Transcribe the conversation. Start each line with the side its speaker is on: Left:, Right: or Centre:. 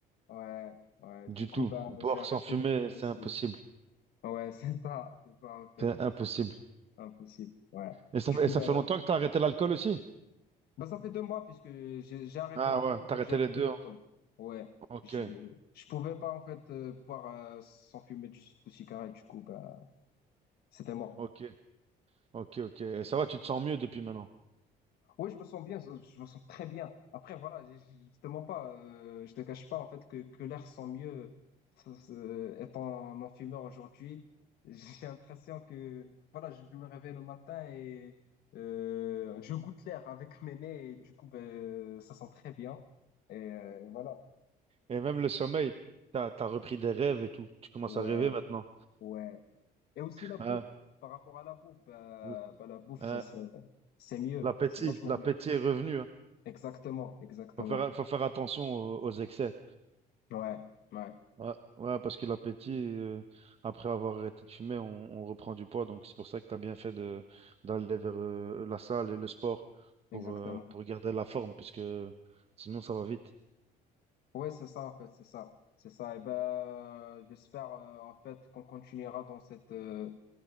Left: ouais, ouais,
Right: du
Left: du
Right: tout.
Left: coup, bah,
Right: Boire
Left: j'ai arrêté
Right: sans fumer,
Left: l'alcool
Right: c'est
Left: aussi.
Right: impossible.
Left: Ouais, <laughs> c'est ça, c'est ça en fait,
Right: C'est impossible.
Left: impossible. Ouais.
Right: Et ça,
Left: Du coup,
Right: et ça
Left: ben,
Right: fait longtemps que tu as arrêté l'alcool aussi?
Left: ben ça fait deux mois puisque j'ai j'ai arrêté
Right: Ah
Left: la fume,
Right: ouais,
Left: donc
Right: t'arrêtais
Left: j'ai arrêté
Right: les deux.
Left: l'alcool.
Right: hein.
Left: Ouais,
Right: Ok,
Left: j'ai- je pouvais pas en fait euh, boire euh, sans fumer du, de cigarette, du coup, ben c'était mort.
Right: ok, ok, ok. Et ça va, tu te sens mieux depuis maintenant.
Left: Oui, je me sens bien, je me sens très bien. Après, voilà, j'ai- j'ai- je pas, euh, je te cache pas en fait que, que l'air sent mieux ça, ça, étant non-fumeur aujourd'hui. J'ai l'impression que voilà, je me réveille le matin et euh, je goûte l'air avec mes nez et du coup, ben, ça sent très bien. Et euh, voilà,
Right: Et même le sommeil, t'as, t'as repris des rêves et tout. Tu commences
Left: ouais,
Right: à rêver maintenant.
Left: ouais. Et aussi la bouffe.
Right: Ah,
Left: Par rapport à la bouffe, bah,
Right: l-
Left: bah, la bouffe,
Right: ah,
Left: ça, ça- c'est mieux,
Right: l'appétit,
Left: c'est vachement
Right: l'appétit
Left: mieux.
Right: est revenu. hein.
Left: Exactement, exactement.
Right: Faut faire, faut faire attention aux, aux excès.
Left: Ouais, ouais,
Right: Ouais, ouais, parce que l'appétit, euh, après avoir arrêté de fumer, on, on reprend du poids. Donc c'est pour ça que t'as bien fait de, d'aller vers euh, la salle et le sport
Left: exactement.
Right: pour, euh, pour garder la forme, parce que sinon ça va vite.
Left: Ouais, c'est ça, en fait, c'est ça. C'est ça. Et ben, euh, j'espère, euh, en fait, qu'on continuera dans cette, euh,